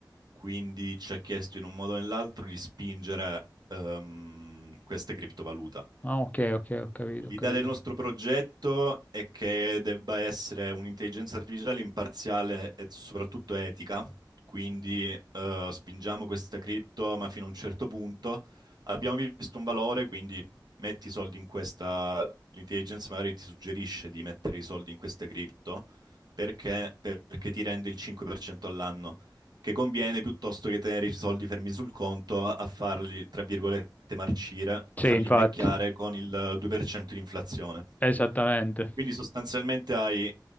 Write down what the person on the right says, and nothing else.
quindi ci ha chiesto in un modo o nell'altro di spingere ehm, questa criptovaluta.
L'idea
del nostro progetto è che debba essere un'intelligenza artificiale imparziale e soprattutto etica, quindi eh, spingiamo questa cripto, ma fino a un certo punto abbiamo visto un valore, quindi metti i soldi in questa, l'intelligenza magari ti suggerisce di mettere i soldi in questa cripto perché, perché ti rende il 5% all'anno che conviene piuttosto che tenere i soldi fermi sul conto a farli, tra virgolette, marcire, a
farli
invecchiare con il 2% di inflazione.
Quindi sostanzialmente hai